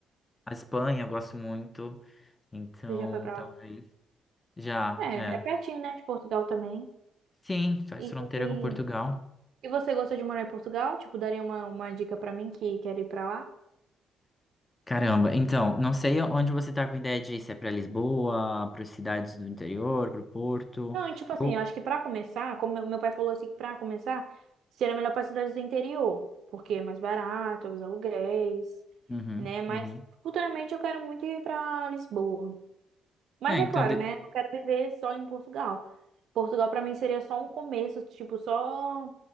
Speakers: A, on the left; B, on the right.
A: a Espanha eu gosto muito, então
B: você já foi pra
A: talvez
B: lá.
A: já,
B: É,
A: é.
B: é pertinho, né? De Portugal também.
A: Sim, faz
B: E,
A: fronteira
B: e,
A: com Portugal.
B: e você gostou de morar em Portugal? Tipo, daria uma, uma dica pra mim que quer ir pra lá?
A: Caramba, então, não sei onde você tá com ideia de ir, se é pra Lisboa, para cidades do interior, pro Porto.
B: Não, e tipo
A: Eu...
B: assim, eu acho que pra começar, como meu, meu pai falou assim, que pra começar, seria melhor pra cidades do interior, porque é mais barato, os aluguéis,
A: Uhum,
B: né? Mas
A: uhum.
B: futuramente eu quero muito ir pra Lisboa. Mas
A: É, então.
B: é claro,
A: de-
B: né? Eu não quero viver só em Portugal. Portugal para mim seria só um começo, tipo, só